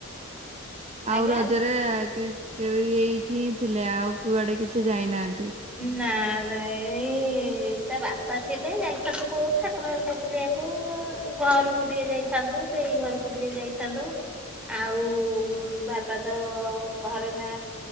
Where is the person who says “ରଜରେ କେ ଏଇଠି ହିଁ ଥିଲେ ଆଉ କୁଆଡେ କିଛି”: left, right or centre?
Right